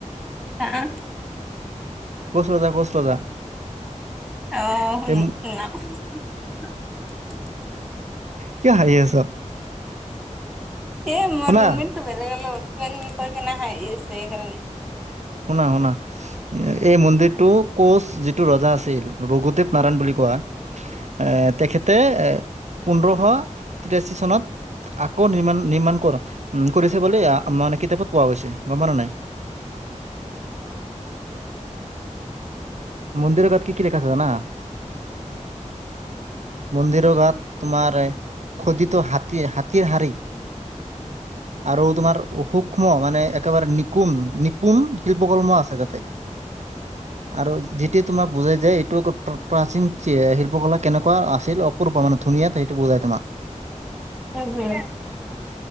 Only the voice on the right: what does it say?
কচ ৰজা -কচ ৰজা,
এ কিয় হাঁহি আছ?
শুনা
শুনা শুনা এই মন্দিৰটো? কোচ যিটো ৰজা আছিল ৰঘুদেৱ নাৰায়ণ বুলি কোৱা এ তেখেতে এ, পোন্ধৰশ তিৰাশী চনত আকৌ নিৰ্মাণ নিৰ্মাণ কৰ উ কৰিছে বুলি। মানে কিতাপত পোৱা গৈছে গম পালা নাই?
মন্দিৰৰ তাত কি কি লিখা আছে জানা? মন্দিৰৰ গাত তোমাৰ? খোদিত হাতী হাতীৰ শাৰী। আৰু তোমাৰ সূক্ষ্ম মানে, একেবাৰে নিপুম নিপুম শিল্প কৰ্ম আছে তাতে আৰু, তোমাক বুজাই যায় এইটো। প্ৰাচীন শিল্পকলা কেনেকুৱা আছিল অপূৰ্ব মানে ধুনীয়া সেইটো বুজায় তোমাক।